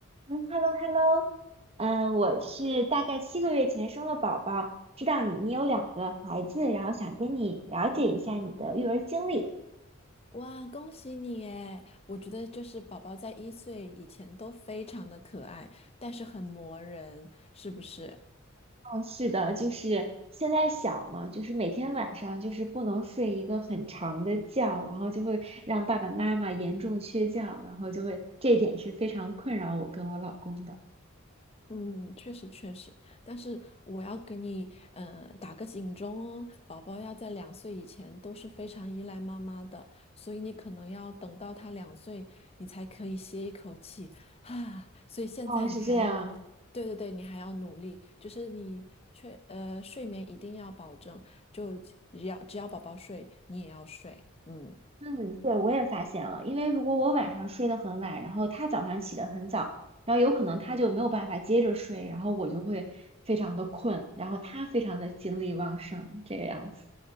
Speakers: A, on the right; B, on the left.
A: 嗯，hello，hello，嗯，我是大概七个月前生了宝宝，知道你你有两个孩子，然后想跟你了解一下你的育儿经历。
B: 哇，恭喜你诶，我觉得就是宝宝在一岁以前都非常的可爱，但是很磨人，是不是？
A: 哦，是的，就是现在小嘛，就是每天晚上就是不能睡一个很长的觉，然后就会让爸爸妈妈严重缺觉，然后就会这一点是非常困扰我跟我老公的。
B: 嗯，确实确实。但是我要给你嗯，打个警钟哦，宝宝要在两岁以前都是非常依赖妈妈的，所以你可能要等到他两岁，你才可以歇一口气啊。所以现在你还要
A: 哦，是这样。
B: 对对对，你还要努力，就是你确呃睡眠一定要保证，就只要只要宝宝睡，你也要睡，嗯，
A: 嗯，对，我也发现了，因为如果我晚上睡得很晚，然后他早上起得很早，然后有可能他就没有办法接着睡，然后我就会非常的困，然后他非常的精力旺盛，这个样子。